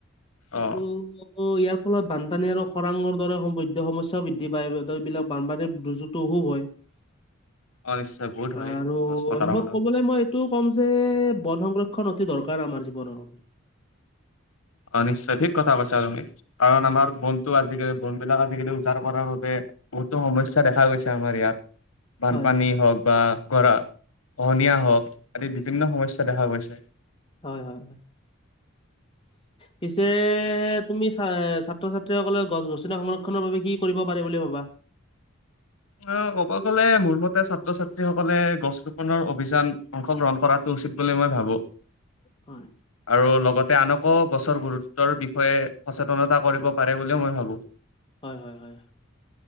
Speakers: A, on the left (about 90°); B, on the left (about 25°).
A: অ
B: আৰু অঁ, ইয়াৰ ফলত বানপানী আৰু খৰাঙৰ দৰে সমৃদ্ধ সমস্যাও বৃদ্ধি পায়। এইবিলাক বানপানীৰ দুৰ্যোগটো অসুভ হয়।
A: <unintelligible> নিশ্চয় বহুত
B: আৰু
A: হয় গছ কটাৰ
B: শেষত
A: ফলত
B: ক'বলৈ মই টো ক'ম যে বন সংৰক্ষন অতি দৰকাৰ আমাৰ জীৱনৰ।
A: অঁ, নিশ্চয় ঠিক কথা কৈছা তুমি। কাৰণ
B: হয়
A: আমাৰ বন আজিকালি বন বিলাক, আজিকালি উজাৰ কৰাৰ বাবে বহুতো সমস্যা দেখা গৈছে আমাৰ ইয়াত। বানপানী
B: হয় হয়
A: হওঁক বা গৰা খহনীয়া হওঁক আদি বিভিন্ন সমস্যা দেখা গৈছে।
B: হয়- হয়- হয়, পিছে তুমি চ- ছাত্ৰ- ছাত্ৰীসকলে গছ- গছনি সংৰক্ষনৰৰ বাবে কি কৰিব পাৰে বুলি ভাবা?
A: অঁ, ক'ব গ'লে মোৰ মতে ছাত্ৰ- ছাত্ৰীসকলে গছ ৰোপনৰৰ অভিযান অংশগ্ৰহণ কৰাত উচিত বুলি মই ভাবো।
B: হয়।
A: আৰু লগতে আনকো গছৰ গুৰুত্বৰ বিষয়ে সচেতনতা কৰিব পাৰে বুলিও মই ভাবো। <unintelligible>
B: হয়- হয়- হয়।